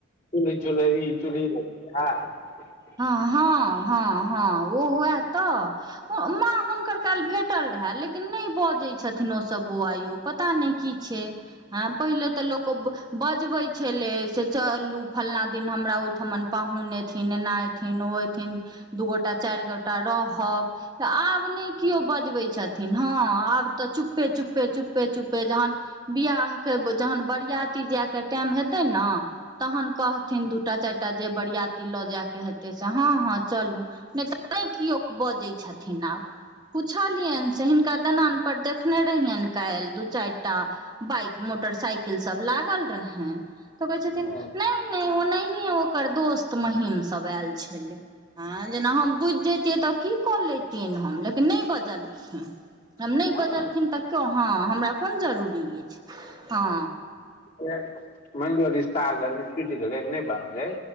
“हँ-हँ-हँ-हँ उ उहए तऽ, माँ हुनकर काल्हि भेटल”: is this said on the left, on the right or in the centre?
Right